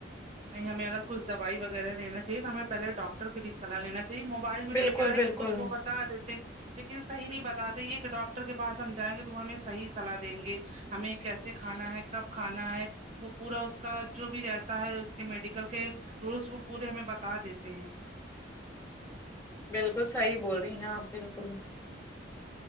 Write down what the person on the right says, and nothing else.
نہیں ہمیں اگر کچ دوائی وغیرہ لینااہے تو ہمیں پہلے ڈاکٹر بھی سلاح لینا ج موبائل میں
تو کیا ہے
کہ کچھ وہ بتا دیتے ہیں لیکن صحی نہیں بتاتے یہ کہ ڈاکٹر کے پاس ہم جائیں گے تو وہ ہمیں صحیح صلاح دیں گے ہمیں کیسے کھانا ہے کب کھانا ہے وہ پورا اس کا جو بھی رہتا ہے میڈیکل کے رولس وہ پورے ہمیں بتا دیتے ہیں
ہی